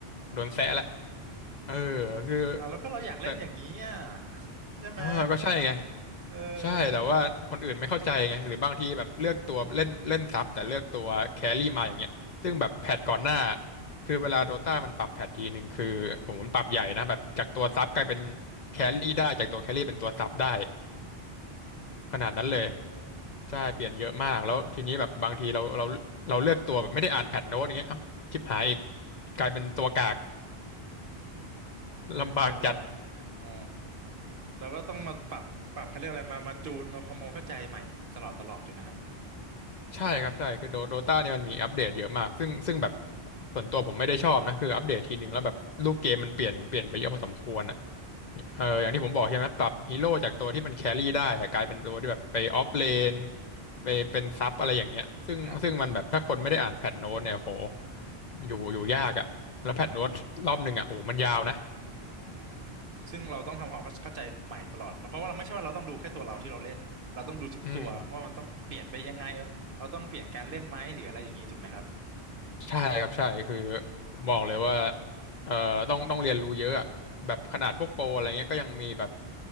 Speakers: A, on the right; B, on the left.
A: อื
B: โดนแซะแล้ว
A: ม
B: เออ
A: อืม
B: คือ
A: อ่าแล้วก็เราอยากเล่นอย่างนี้อ่ะ
B: แต่
A: ใช่ไหม
B: เออก็ใช่ไง
A: เออ
B: ใช่แต่ว่าคนอื่นไม่เข้าใจไงหรือบางทีแบบเลือกตัวเล่นเล่นซับแต่เลือกตัวแครี่มาอย่างเงี้ยซึ่งแบบแพทก่อนหน้าคือเวลาโดต้ามันปรับแพททีหนึ่งคือโหมันปรับใหญ่นะแบบจากตัวซับกลายเป็นแครี่ได้จากตัวแครี่เป็นตัวซับได้
A: อืม
B: ขนาดนั้นเลยใช่เปลี่ยนเยอะมากแล้วทีนี้แบบบางทีเราเราเราเลือกตัวแบบไม่ได้อ่านแพทโน้ตอย่างเงี้ยเอ้าชิบหายอีกกลายเป็นตัวกากลำบากจัด
A: เรียบร้อยอ๋อแล้าก็ต้องมาปรับปรับเขาเรียกอะไรมามาจูนมาความเข้าใจใหม่ตลอดตลอดถูกไหมครับ
B: ใช่ครับใช่คือโดโดตาเนี่ยมันมีอัปเดตเยอะมากซึ่งซึ่งแบบ
A: อืม
B: ส่วนตัวผมไม่ได้ชอบนะคืออัปเดตทีนึงแล้วแบบรูปเกมมันเปลี่ยนเปลี่ยนไปเยอะพอสมควรอ่ะ
A: อื
B: เอออย่างที่ผมบอกใช่ไหมปรับฮีโร่จากตัวที่มันแครี่ได้อะกลายเป็นตัวที่แบบไปออฟเลน
A: มอืม
B: ไปเป็นซับอะไรอย่างเงี้ยซึ่งซึ่งมันแบบถ้าคนไม่ได้อ่านแพทโน้ตเนี่ยโห
A: ครับ
B: อยู่อยู่ยากอ่ะแล้วแพทโน้ตรอบหนึ่งอ่ะโหมันยาวนะ
A: โอ้อ๋อซึ่งเราต้องทำความเข้าใจใหม่ตลอดมันเพราะว่าเราไม่ใช่ว่าเราต้องดูแค่ตัวเราที่เราเล่นเราต้องดูทุกตัวเพราะว่ามันต้องเปลี่ยนไปยังไง
B: อืม
A: เราต้องเปลี่ยนการเล่นไหมหรืออะไรอย่างนี้ถูกไหมครับ
B: ใช่ครับใช่คือบอกเลยว่าเอ่อต้องต้องเรียนรู้เยอะอะแบบขนาดพวกโปรอะไรเงี้ยก็ยังมีแบบ
A: อืม